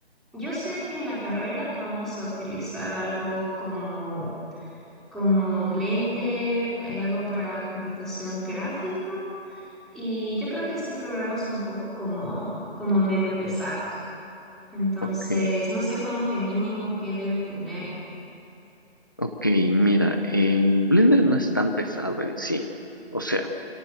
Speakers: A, in the centre; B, on the left.
A: yo sé que en la carrera vamos a utilizar algo como, como Blender, hay algo para computación gráfica Y yo creo que sí programas un poco como, como medio pesados. Entonces,
B: Ok,
A: no sé como que mínimo que debe tener.
B: ok, mira, eh, Blender no es tan pesado en sí. O sea,